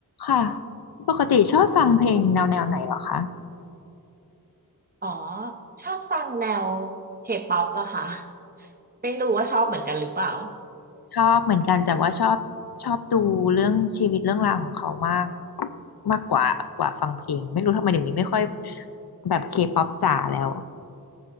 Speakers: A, on the left; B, on the right.
A: ค่ะปกติชอบฟังเพลงแนวแนวไหนเหรอคะ
B: อ๋อชอบฟังแนวเคป๊อปอะค่ะไม่รู้ว่าชอบเหมือนกันหรือเปล่า
A: ชอบเหมือนกันแต่ว่าชอบชอบดูเรื่องชีวิตเรื่องราวของเขามากมากกว่ากว่าฟังเพลงไม่รู้ทำไมเดี๋ยวนี้ไม่ค่อยแบบเคป๊อปจ๋าแล้ว